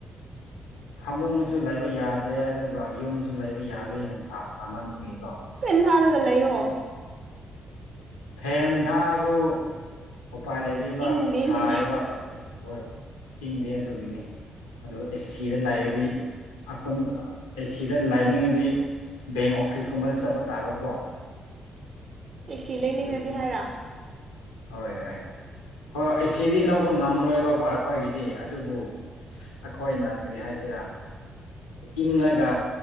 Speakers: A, on the left; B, on the right.
A: ꯊꯃꯨꯡꯅꯁꯨ ꯂꯩꯕ ꯌꯥꯗꯦ ꯑꯗꯨꯒ ꯌꯨꯝꯁꯨ ꯂꯩꯕ ꯌꯥꯗꯦ ꯅꯨꯡꯁꯥ ꯁꯥꯥ ꯃꯟꯕꯒꯤ
B: ꯐꯦꯟ ꯊꯥꯔꯒ ꯂꯩꯌꯣ
A: ꯐꯦꯟ ꯊꯥꯁꯨ ꯎꯄꯥꯏ ꯂꯩꯕꯤꯕ
B: ꯏꯪꯗꯦꯅꯦ
A: ꯁꯥꯏꯌꯦꯕ ꯐꯦꯟꯁꯦ ꯍꯣꯏ ꯏꯪꯗꯦ ꯑꯗꯨꯒꯤꯅꯦ ꯑꯗꯣ ꯑꯦꯁ ꯁꯤꯗ ꯂꯥꯏꯔꯗꯤ ꯑꯀꯨꯝ ꯑꯦꯁꯤꯗ ꯂꯥꯏꯅꯤꯡꯉꯗꯤ ꯕꯦꯡ ꯑꯣꯐꯤꯁꯀꯨꯝꯕꯗ ꯆꯠꯄ ꯇꯥꯕꯀꯣ
B: ꯑꯦ ꯁꯤ ꯂꯩꯅꯤꯡꯉꯗꯤ
A: ꯑꯗꯨꯒꯤꯅꯤ
B: ꯍꯥꯏꯔꯣ
A: ꯍꯣꯏ ꯍꯣꯏ ꯍꯣꯏ ꯑꯦꯁꯤꯗꯤ ꯂꯧꯕ ꯉꯝꯂꯣꯏꯕꯀꯣ ꯑꯩꯈꯣꯏꯒꯤꯗꯤ ꯑꯗꯨꯕꯨ ꯑꯈꯣꯏꯅ ꯀꯔꯤ ꯍꯥꯏꯁꯤꯔ ꯏꯪꯂꯒ